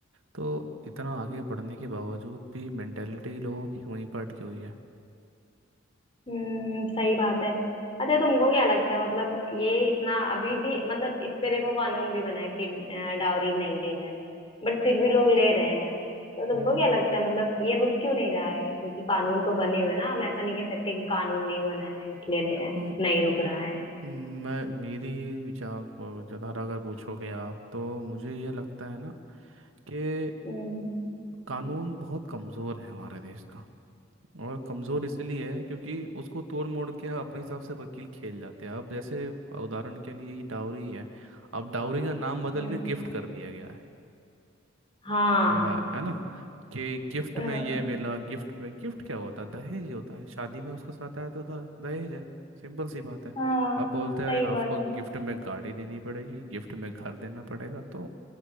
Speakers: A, on the right; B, on the left.
A: तो इतना आगे बढ़ने के बावजूद भी मेंटेलिटी लोगों की वहीं पर अटकी हुई है
B: हम्म सही बात है अच्छा तुमको क्या लगता है मतलब ये इतना अभी भी मतलब इस पे देखो कानून भी बना है कि अ, डाउरी नहीं लेना है बट फिर भी लोग ले रहे हैं तो तुमको
A: हम्म,
B: क्या लगता है मतलब ये रुक क्यों नहीं रहा है क्योंकि कानून तो बने हुए हैं ना हम ऐसा नहीं कह सकते कि कानून नहीं बना है इसलिए नहीं,
A: देखो
B: नहीं रुक रहा है
A: मैं मेरी विचार पर ज़्यादा अगर पूछोगे आप तो मुझे ये लगता है ना कि
B: हम्म
A: कानून बहुत कमज़ोर है हमारे देश का और कमज़ोर इसलिए है क्योंकि उसको तोड़ मोड़ के अपने हिसाब से वकील खेल जाते हैं अब जैसे उदाहरण के लिए ये डाउरी है अब डाउरी का नाम बदल
B: हम्म
A: के गिफ्ट कर दिया गया है
B: हाँ
A: या है ना कि गिफ्ट
B: अ,
A: में ये मिला गिफ्ट में गिफ्ट क्या होता है दहेज ही होता है शादी में उसके साथ आया तो दा- दहेज है सिंपल सी बात है
B: हाँ
A: अब बोलते हैं
B: सही
A: अरे आपको
B: बात है
A: गिफ्ट में गाड़ी देनी पड़ेगी गिफ्ट में घर देना पड़ेगा तो